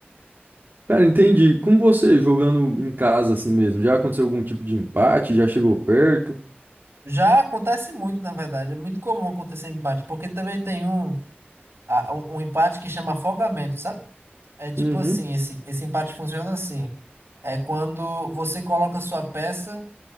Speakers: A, on the right (about 55°); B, on the right (about 85°).
A: Cara, entendi. Com você jogando em casa assim mesmo, já aconteceu algum tipo de empate? Já chegou perto?
B: Já acontece muito, na verdade. É muito comum acontecer empate, porque também tem um, a- um um empate que chama afogamento, sabe? É tipo
A: Uhum.
B: assim, esse, esse empate funciona assim. É quando você coloca sua peça